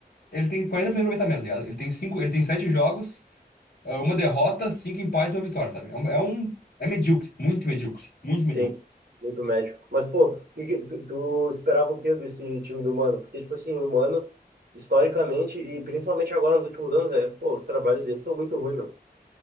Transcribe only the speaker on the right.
Sim,
muito médio. Mas, pô, que que- tu, tu esperava o quê desse time do Mano? Porque, tipo assim, o Mano, historicamente, e principalmente agora nos últimos anos, velho, pô, os trabalhos dele são muito ruins, meu.